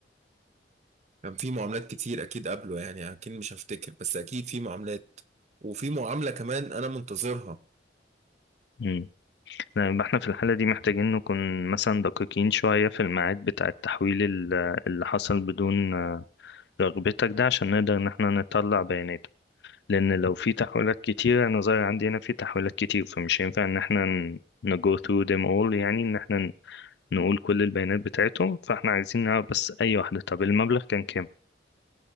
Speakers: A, on the right; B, on the left.
A: كان في معاملات كتير اكيد قبله يعني اكيد مش هفتكر بس اكيد في معاملات وفي معاملة كمان انا منتظرها
B: مم. لا يبقى احنا في الحالة دي محتاجين نكون مثلا دقيقين شوية في الميعاد بتاع التحويل ال- اللي حصل بدون آه، رغبتك ده عشان نقدر إن احنا نطلع بياناته لأن لو في تحويلات كتير أنا ظاهر عندي هنا في تحويلات كتير فمش هينفع إن احنا ن- ن go through them all يعني إن احنا نقول كل البيانات بتاعتهم فاحنا عايزين نعرف بس اي واحدة طب المبلغ كان كام